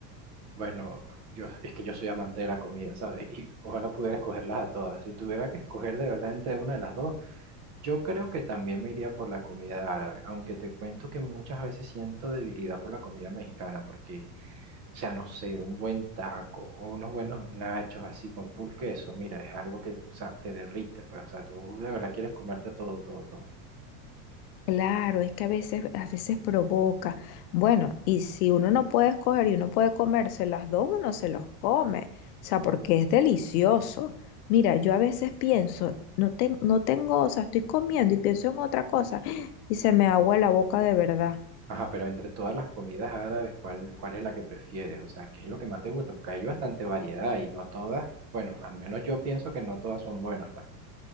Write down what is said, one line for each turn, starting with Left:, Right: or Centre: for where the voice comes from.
Right: Bueno, yo, es que yo soy amante de la comida, ¿sabes? <laughs> Y ojalá pudiera escogerlas a todas. Si tuviera que escoger de verdad entre una de las dos, Yo creo que también me iría por la comida árabe, aunque te cuento que muchas veces siento debilidad por la comida mexicana, porque, o sea, no sé, un buen taco o unos buenos nachos así con full queso, mira, es algo que, o sea, te derrite, pues, o sea, tú de verdad quieres comerte todo, todo, todo.
Left: Claro, es que a veces, a veces provoca. Bueno, y si uno no puede escoger y uno puede comerse las dos, uno se los come. O sea, porque es delicioso. Mira, yo a veces pienso, no, ten- no tengo, o sea, estoy comiendo y pienso en otra cosa <gasps> y se me agua la boca de verdad.
Right: Ajá, pero entre todas las comidas árabes, ¿cuál, cuál es la que prefieres? O sea, ¿qué es lo que más te gusta? Porque hay bastante variedad y no todas, bueno, al menos yo pienso que no todas son buenas. pues.